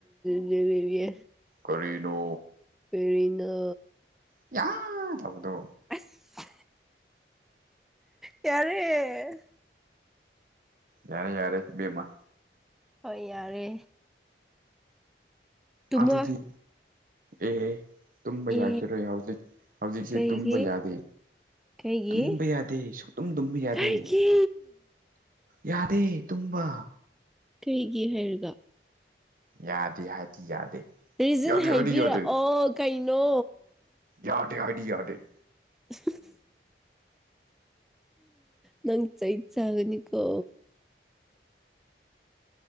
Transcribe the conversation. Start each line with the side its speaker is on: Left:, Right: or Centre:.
Centre: ꯌꯦꯕꯤꯕꯤ
Right: ꯀꯔꯤꯅꯣ
Centre: ꯀꯅ
Right: ꯌꯥꯗ ꯍꯕꯗꯨ
Centre: ꯑꯁ ꯇꯔꯦ
Right: ꯌꯥꯔꯦ ꯌꯥꯔꯦ ꯃꯥ
Centre: ꯍꯣꯏ ꯌꯥꯔꯦ ꯇꯨꯝꯃꯣ
Right: ꯑꯗꯨꯗꯤ ꯑꯦ ꯇꯨꯝꯕ
Centre: ꯑꯦ
Right: ꯌꯥꯈꯤꯔꯣꯏ ꯍꯧꯖꯤꯛ ꯍꯧꯖꯤꯛꯁꯤ
Centre: ꯀꯩꯒꯤ
Right: ꯇꯨꯝꯕ ꯌꯥꯗꯦ
Centre: ꯀꯩꯒꯤ
Right: ꯇꯨꯝꯕ ꯌꯥꯗꯦ ꯁ ꯑꯗꯨꯝ ꯇꯨꯝꯕ ꯌꯥꯗꯦ
Centre: ꯀꯩꯒꯤ
Right: ꯌꯥꯔꯦ ꯇꯨꯝꯕ
Centre: ꯀꯩꯒꯤ ꯍꯥꯏꯔꯒ
Right: ꯌꯥꯗꯦ ꯍꯥꯏꯗꯤ ꯌꯥꯗꯦ
Centre: ꯔꯤꯖꯟ
Right: ꯌꯥꯗꯦ
Centre: ꯍꯥꯏꯕꯤꯔꯛꯑꯣ
Right: ꯍꯥꯏꯗꯤ ꯌꯥꯗꯦ
Centre: ꯀꯩꯅꯣ
Right: ꯌꯥꯗꯦ ꯍꯥꯏꯥꯏ ꯌꯥꯗꯦ
Centre: <unintelligible> ꯅꯪ ꯆꯩ ꯆꯥꯒꯅꯤꯀꯣ